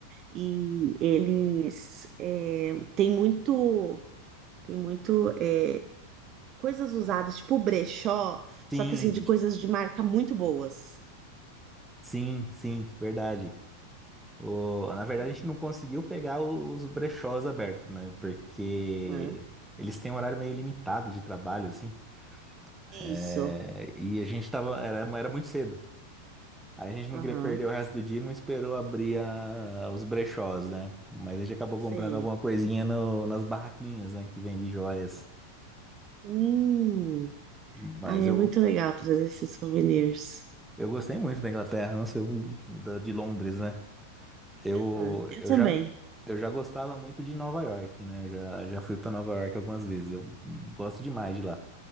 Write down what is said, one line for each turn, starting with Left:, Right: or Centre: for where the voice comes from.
Right: E eles é, tem muito, tem muito é, coisas usadas, tipo brechó, só
Centre: Sim,
Right: que assim, de coisas de marca muito boas.
Centre: sim, sim, verdade. O- na verdade,
Right: Hum.
Centre: a gente não conseguiu pegar o- os brechós abertos, né? Porque
Right: Aham.
Centre: eles têm um horário meio limitado de trabalho, assim. É,
Right: Isso,
Centre: e a gente tava. Era, era muito cedo. Aí a gente não
Right: aham,
Centre: queria perder o resto do dia e não esperou abrir a- os brechós, né? Mas a gente acabou
Right: sei.
Centre: comprando alguma coisinha no- nas barraquinhas, né? Que vende joias.
Right: Hum.
Centre: Mas
Right: Ai,
Centre: eu,
Right: é muito legal trazer esses souvenirs.
Centre: eu gostei muito da Inglaterra, não sei, o- o da- de Londres, né? Eu,
Right: Aham. Eu
Centre: eu
Right: também,
Centre: já, eu já gostava muito de Nova York, né? Eu Já, já fui para Nova York algumas vezes. Eu gosto demais de lá.